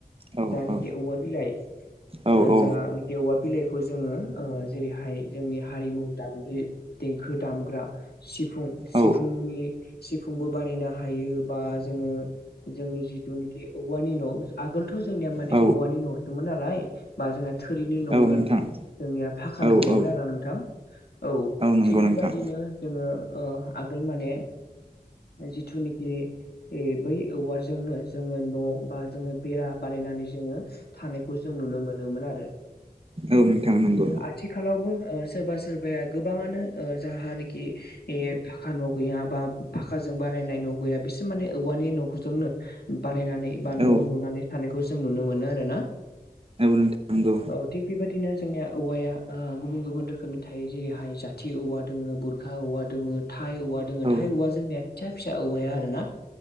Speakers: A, on the right; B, on the left.
A: औ
B: जानिकि
A: औ
B: औवा बिलाइ
A: औ
B: ओ
A: औ
B: जोंहा औवा बिलाइखौ जोङो ओ जेरैहाय जोंनि हारिमु दामगिरि देंखो दामग्रा सिफुं
A: औ
B: सिफुंनि सिफुंबो बानायनो हायो। बा जोङो जोंनि जिथुनिखि औवानि न आगोलथ जोंनिया माने
A: औ
B: औवानि न नसोमोन नालाय बा जोंनिना थोरिनि नमोन
A: औ नोंथां
B: जोंनिया फाखा
A: औ
B: न' गैयामोन
A: औ
B: आरो‌ना नोंथां। औ
A: नंगौ
B: थिग
A: नोंथां
B: बेबादिनो जोङो ओ आगोल माने जिथुनिकि बै औवाजोंनो जोङो। न' बा जोङो बेरा बानायनानै जोङो। थानायखौ जों नुनो मोनोमोन आरो।
A: औ नोंथां नंगौ
B: आथिखालावबो ओ सोरबा सोरबाया गोबाङानो ओ जाहानोखि। ए फाखा न गैया बा फाखाजों बानायनाय न गैया बिसोर माने औवानि न'खजोंनो बानायनानै बा
A: औ
B: न लुनानै थानायखौ जों नुनो मोनो आरो ना।
A: औ नोंथां नंगौ।
B: औ थिग बेबादिनो जोंनिया औवाया ओ गुबुन गुबुन रोखोमनि थायो जेरैहाय जाथि औवा दोङो बुर खा औवा दोङो। थाइ औवा दोङो
A: औ
B: थाइ औवा जोंनिया फिसा फिसा औवाया आरो ना